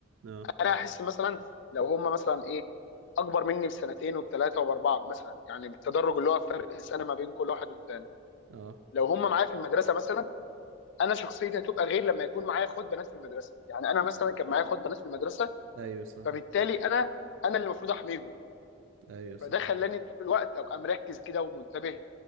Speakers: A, on the right; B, on the left.
A: اه
B: انا احس مثلا لو هم مثلا ايه اكبر مني بسنتين وبثلاثه وباربعه مثلا يعني بالتدرج اللي هو فرق السنه ما بين كل واحد والتاني
A: اه
B: لو هم معايا في المدرسه مثلا انا شخصيتي هتبقى غير لما يكون معايا اخوات بنات في المدرسه يعني انا مثلا كان معايا اخوات بنات في المدرسه
A: ايوه صح
B: فبالتالي انا انا اللي المفروض احميهم
A: ايوه
B: فده خلاني طول الوقت ابقى مركز كده ومنتبه